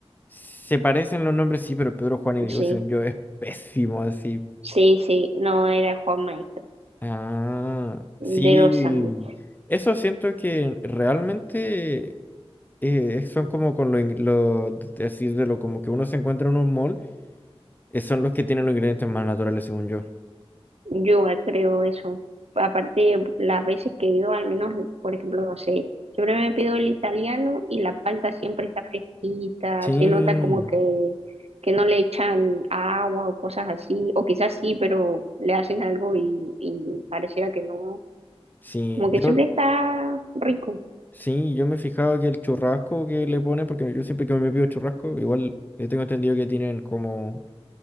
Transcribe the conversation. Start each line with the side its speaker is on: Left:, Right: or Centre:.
Left: Se parecen los nombres, sí, pero Pedro Juan y Diego,
Right: Sí,
Left: según yo, es pésimo así.
Right: sí, sí, no era Juan Maestro.
Left: Ah,
Right: de
Left: sí.
Right: los sándwiches.
Left: Eso siento que realmente. eh, son como con lo, ing- lo- así de lo como que uno se encuentra en un mall, eh, son los que tienen los ingredientes más naturales, según yo.
Right: Yo igual creo eso. Aparte, las veces que he ido, al menos, por ejemplo, no sé, siempre me pido el italiano y la palta siempre está fresquita,
Left: Sí,
Right: se nota como que, que no le echan agua o cosas así, o quizás sí, pero le hacen algo y, y pareciera que no,
Left: sí,
Right: como que
Left: yo,
Right: siempre está rico,
Left: sí, yo me he fijado que el churrasco que le ponen, porque yo siempre que me pido churrasco, igual eh, tengo entendido que tienen como